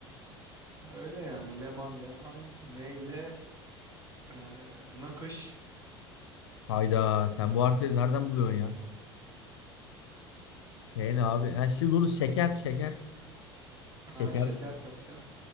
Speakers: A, on the right (about 25°); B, on the left (about 70°).
A: Öyle yani Leman Leman neyle eee nakış.
B: Hayda sen bu harfleri nereden buluyorsun ya? Şey ne abi? Ha, şimdi dur şeker şeker. Şeker.
A: Ha, şeker tabii canım.